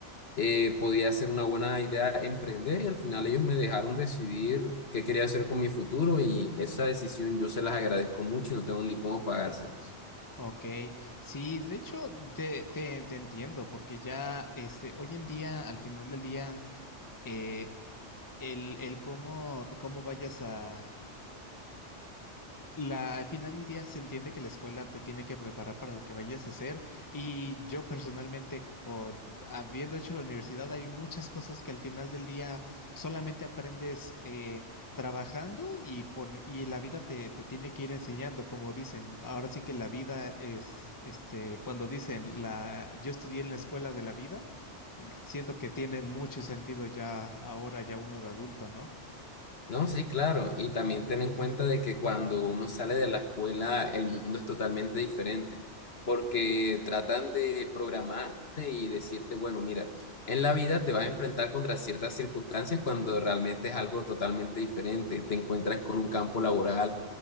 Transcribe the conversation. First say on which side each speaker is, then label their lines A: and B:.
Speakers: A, on the left (about 55°); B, on the left (about 15°).
A: eh, podía ser una buena idea emprender y al final ellos me dejaron decidir qué quería hacer con mi futuro y esa decisión yo se las agradezco mucho y no tengo ni cómo pagársela.
B: Ok, sí, de hecho te, te, te entiendo porque ya este, hoy en día, al final del día, eh, el, el cómo, cómo vayas a... La, al final del día se entiende que la escuela te tiene que preparar para lo que vayas a hacer y yo personalmente, con, habiendo hecho la universidad, hay muchas cosas que al final del día solamente aprendes eh, trabajando y, pon- y la vida te, te tiene que ir enseñando, como dicen. Ahora sí que la vida es, este, cuando dicen, la, yo estudié en la escuela de la vida, siento que tiene mucho sentido ya ahora, ya uno de adulto, ¿no?
A: No, sí, claro. Y también ten en cuenta de que cuando uno sale de la escuela, el mundo es totalmente diferente, porque tratan de programarte y decirte, bueno, mira, en la vida te vas a enfrentar contra ciertas circunstancias cuando realmente es algo totalmente diferente. Te encuentras con un campo laboral